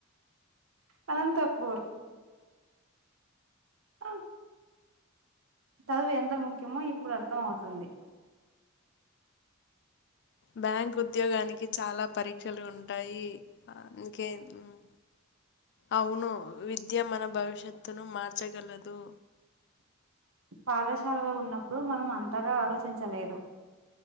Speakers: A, on the right (about 70°); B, on the left (about 55°).
A: అనంతపూర్. ఆ చదువు ఎంత ముఖ్యమో ఇప్పుడు అర్థమవుతుంది.
B: బ్యాంక్ ఉద్యోగానికి చాలా పరీక్షలు ఉంటాయి. అందుకే, మ్ అవును విద్య మన భవిష్యత్తును మార్చగలదు.
A: పాఠశాలలో ఉన్నప్పుడు మనం అంతగా ఆలోచించలేదు.